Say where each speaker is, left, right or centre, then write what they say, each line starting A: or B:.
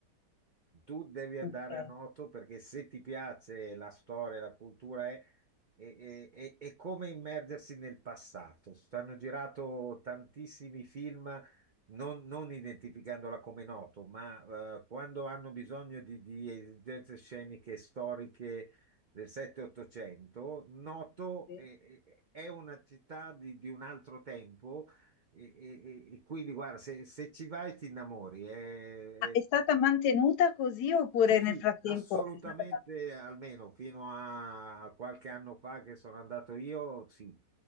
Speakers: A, on the right; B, on the left.
A: tu devi andare
B: ok,
A: a Noto perché se ti piace la storia, la cultura è, è- è- è- è come immergersi nel passato. Stanno girato tantissimi film, non, non identificandola come Noto, ma eh, quando hanno bisogno di, di esigenze sceniche storiche del 7-800, Noto
B: sì.
A: è, è- è una città di di un altro tempo. E, e- e- e quindi guarda, se, se ci vai ti innamori, è,
B: Ma È
A: è
B: stata mantenuta così oppure
A: sì, sì,
B: nel frattempo
A: assolutamente,
B: è stata...
A: almeno fino a qualche anno fa che sono andato io, sì,